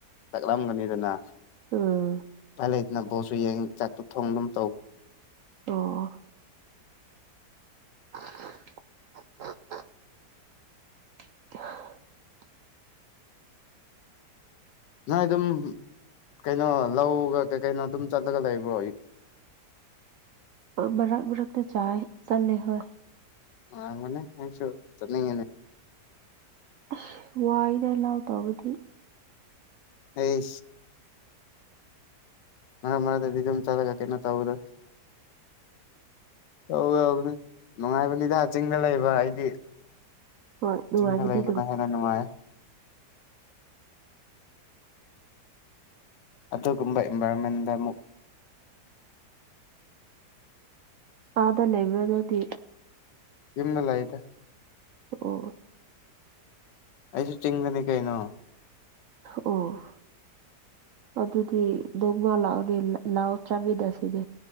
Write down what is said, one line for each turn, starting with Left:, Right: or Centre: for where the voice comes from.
Left: ꯆꯥꯛꯂꯝꯂꯝꯒꯅꯤꯗꯅ
Right: ꯎꯝ
Left: ꯂꯩ ꯕꯣꯁꯁꯨ ꯌꯦꯡ ꯆꯥꯛ ꯊꯣꯡꯗꯨꯅ ꯇꯧꯕ
Right: ꯑꯣ <unintelligible> <unintelligible>
Left: ꯅꯣꯏ ꯑꯗꯨꯝ ꯀꯩꯅꯣ ꯂꯧꯒ ꯀꯩ ꯀꯩꯅꯣ ꯑꯗꯨꯝ ꯆꯠꯂꯒ ꯂꯩꯕ꯭ꯔꯣ
Right: ꯕꯔꯛ ꯃꯔꯛꯇ ꯆꯥꯏ ꯆꯠꯂꯦ ꯍꯣꯏ
Left: ꯑ ꯃꯅꯦ ꯅꯁꯨꯣ ꯆꯅꯤꯡꯦꯅꯦ
Right: ꯁ ꯋꯥꯏꯗ ꯑꯂꯥꯎ ꯇꯧꯕꯗꯤ
Left: ꯑꯩ ꯃꯔ ꯃꯔ ꯇꯗꯤ ꯑꯗꯨꯝ ꯆꯂꯒ ꯀꯩꯅꫭ ꯇꯧꯕꯗ <unintelligible> ꯅꯨꯡꯉꯥꯏꯕꯅꯤꯗꯥ ꯆꯤꯡꯗ ꯂꯩꯕ ꯑꯩꯗꯤ
Right: ꯍꯣꯏ ꯅꯨꯡꯉꯥꯏꯕꯗꯤ
Left: ꯆꯤꯡꯗ ꯂꯩꯕꯅ ꯍꯦꯟꯅ ꯅꯨꯡꯉꯥꯏ ꯑꯗꯨꯒꯨꯝꯕ ꯑꯦꯟꯚꯥꯏꯔꯣꯟꯃꯦꯟꯗ ꯑꯃꯨꯛ
Right: ꯑꯥꯗ ꯂꯩꯕ꯭ꯔ ꯅꯪꯗꯤ
Left: ꯌꯨꯝꯗ ꯂꯩꯗ
Right: ꯑꯣ ꯑꫭ
Left: ꯑꯩꯁꯨ ꯆꯤꯡꯗꯅꯦ ꯀꯩꯅꯣ
Right: ꯎꯝ ꯑꯗꯨꯗꯤ ꯅꫭꯡꯃ ꯂꯥꯛꯑꫭꯅꯦ ꯂꯥꯛꯑꯣ ꯆꯥꯃꯤꯟꯅꯁꯤꯅꯦ